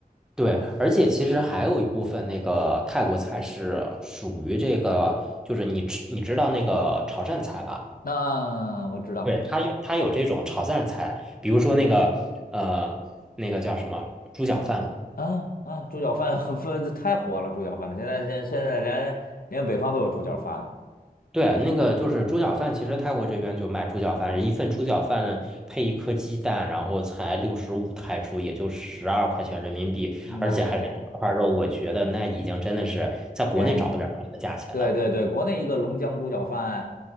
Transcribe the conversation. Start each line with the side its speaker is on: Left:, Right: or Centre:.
Centre: 对，而且其实还有一部分那个泰国菜是属于这个，就是你吃你知道那个潮汕菜吧？
Left: 那我知道
Centre: 对，它有它有这种炒汕菜，比如说那个呃那个叫什么猪脚饭，
Left: 啊啊，猪脚饭很分太火了，猪脚饭现在现现在连连北方都有猪脚饭了，
Centre: 对，那个就是猪脚饭，其实泰国这边就卖猪脚饭，一份猪脚饭呢配一颗鸡蛋，然后才六十五泰铢，也就十二块钱人民币，
Left: 嗯那便宜
Centre: 而且还是两块肉，我觉得那已经真的是在国内找不了这个价钱的。
Left: 便宜便宜，对对对，国内一个龙江猪脚饭